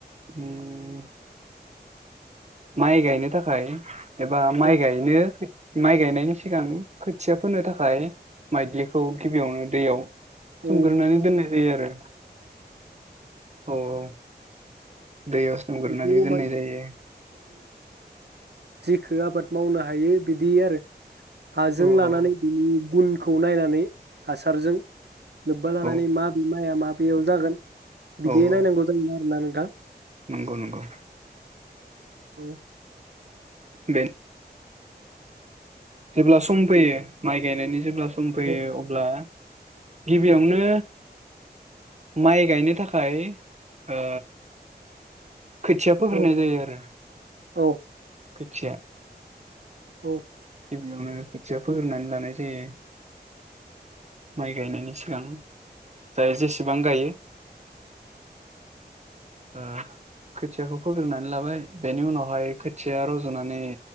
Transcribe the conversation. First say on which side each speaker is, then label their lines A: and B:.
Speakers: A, on the right (about 40°); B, on the right (about 75°).
A: उम माइ गायनो थाखाय एबा माइ
B: औ
A: गायनो माइ गायनायनि सिगां खोथिया फोनो थाखाय माइदिलिखौ गिबियावनो दैयाव
B: औ
A: सोमग्रोनानै दोननाय जायो आरो। औ औ दैयाव सोमग्रोनानै
B: बेखौ
A: दोननाय
B: माने
A: जायो।
B: जिखो आबाद मावनो हायो बिदि आरो हाजों
A: औ
B: लानानै
A: औ
B: बिनि गुन खौ नायनानै हासारजों लोब्बा लानानै
A: औ
B: माब बि माया मा बेयाव जागोन बिदियै
A: औ औ
B: नायनांगौ जायोना मानि आ
A: नंगौ नंगौ
B: उम
A: बेन जेब्ला सम फैयो माइ गायनायनि जेब्ला सम फैयो
B: औ
A: अब्ला गिबियावनो माय गायनो थाखाय ओ खोथिया फोग्रोनाय
B: औ
A: जायो आरो।
B: औ
A: खोथिया
B: औ
A: गिबियावनो खोथिया फोग्रोना लानाय जायो माइ गायनायनि सिगां जाय जेसेबां गायो। ओ खोथ खोथियाखौ फोग्रोनानै लाबाय बेनि उनावहाय खोथिया रजनानै